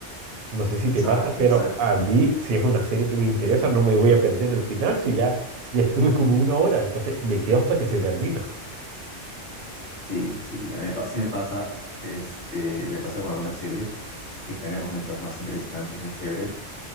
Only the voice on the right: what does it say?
No sé si
te pasa, pero
a mí, si es una serie que me interesa, no me voy a perder el final, si ya, ya estuve como una hora, entonces me quedo hasta que se termina. <laughs>